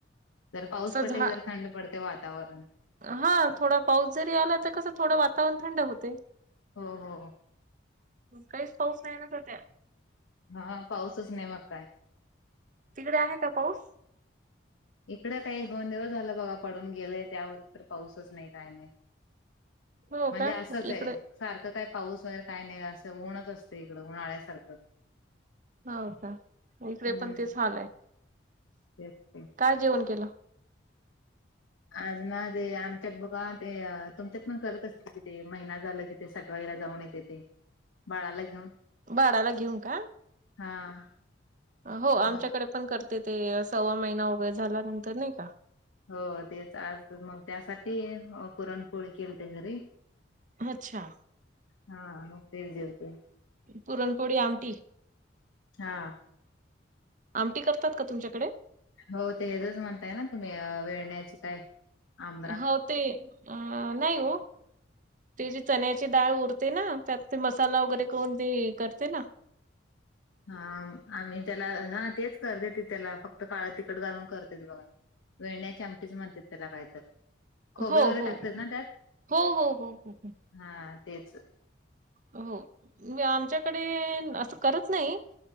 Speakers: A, on the left; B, on the right.
A: जरा पाऊस
B: असं
A: पडला
B: झा
A: की जरा थंड पडते वातावरण.
B: हा, थोडा पाऊस जरी आला तर कसं थोडं वातावरण थंड होतय.
A: हो-हो-हो.
B: काहीच पाऊस नाही ना सध्या.
A: हा, पाऊसच नाही मग काय.
B: तिकडे आहे का पाऊस.
A: इकड काही एक, दोन दिवस झालं बघा पडून गेलेय, त्यावर तर पाऊसच नाही. काय नाही.
B: हो
A: म्हणजे
B: का
A: असंच आहे.
B: इकडे
A: सारखं काय पाऊस वगैरे काय नाही. असं ऊनच असते, इकडं उन्हाळ्यासारखं.
B: हो का, इकडे
A: हम्म
B: पण तेच हाल आहे.
A: तेच की.
B: काय जेवण केलं?
A: आज ना जे, आमच्या बघा ते, तुमच्यात मग करत असतील कि ते, महिना झाला कि ते सट वाईला जाऊन येते ते, बाळाला घेऊन.
B: बाळा ला घेऊन का?
A: हा.
B: हो, आमच्याकडे
A: मग
B: पण करते ते, सव्वा महिना वगैरे झाल्यानंतर नाही का.
A: हो तेच, आज मग त्यासाठी पुरणपोळी केली ते घरी.
B: अच्छा.
A: हा, तेच जेवते
B: पुरणपोळी आमटी
A: हा.
B: आमटी करतात का तुमच्याकडे?
A: हो, ते हेचच म्हणताय ना तुम्ही, वेळण्याचे काय. आंबरा
B: हो ते, अ नाही हो. तेजे चण्याची डाळ उरते ना, त्यात ते मसाला वगैरे कोण ते करते ना.
A: हा, आम्ही त्याला, हा तेच करते त त्याला फक्त काळं तिखट घालून करतेत बघा. वेळण्याच्या आमटीच म्हणतात त्याला काय तर. खोबरे
B: हो,
A: वगैरे
B: हो,
A: टाकतात ना त्यात
B: हो, हो, हो, हो, हो.
A: हा तेच.
B: हो, म आमच्याकडे असं करत नाही.